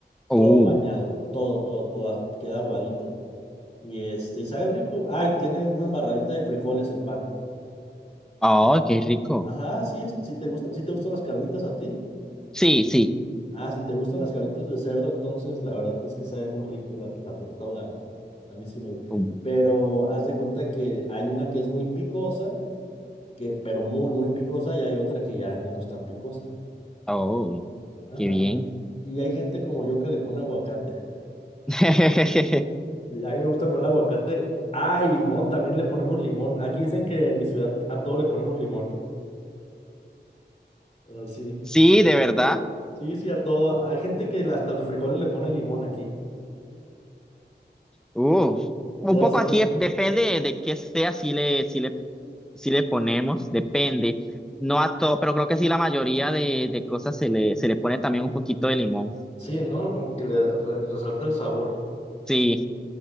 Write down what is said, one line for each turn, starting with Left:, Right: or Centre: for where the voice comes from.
Centre: uh,
Left: Todo bañado, todo, todo, todo, queda aguadito. Y este, y sabe rico. Ay, tiene una embarradita de frijoles el pan.
Centre: oh, qué rico.
Left: Ajá, sí, es- sí te gusta, sí te gustan las carnitas a ti.
Centre: Sí, sí.
Left: Ah, si te gustan las carnitas de cerdo, entonces la verdad es que sabe muy rico la, la torta ahogada. A mí sí me gusta.
Centre: Uh,
Left: Pero haz de cuenta que hay una que es muy picosa, que, pero muy, muy picosa, y hay otra que ya, ya no es tan picosa.
Centre: oh,
Left: Ajá.
Centre: qué bien.
Left: Y hay gente como yo que le pone aguacate.
Centre: <laughs>
Left: Y A mí me gusta poner aguacate. Ah, y limón, también le ponemos limón. Aquí dicen que en mi ciudad a todo le ponemos limón. Ah, sí.
Centre: Sí, de verdad.
Left: Sí, sí, a todo. Hay gente que hasta los frijoles le pone limón aquí.
Centre: Uf, un
Left: Ya
Centre: poco
Left: sé.
Centre: aquí es- depende de qué sea, si le, si le, si le ponemos, depende. No a todo, pero creo que sí la mayoría de, de cosas se le, se le pone también un poquito de limón.
Left: Sí, ¿no? Como que le da- re- resalta el sabor.
Centre: Sí,